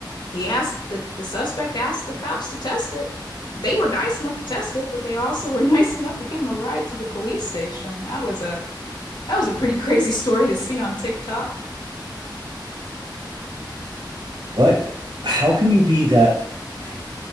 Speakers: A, on the left (about 65°); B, on the right (about 70°).
A: he asked the the suspect asked the cops to test it. They were nice enough to test it, but they also were <laughs> nice enough to give him a ride to the police station. That was a that was a pretty crazy story to see on TikTok.
B: What? How can you be that <sighs>